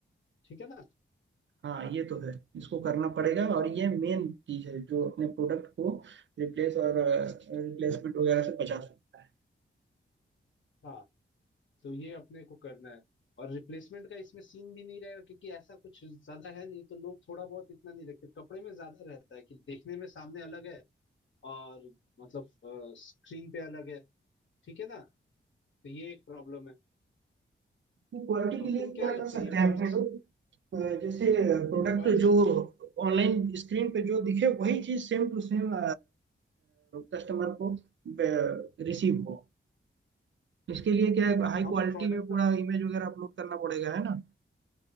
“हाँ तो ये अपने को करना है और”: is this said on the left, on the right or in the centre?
Left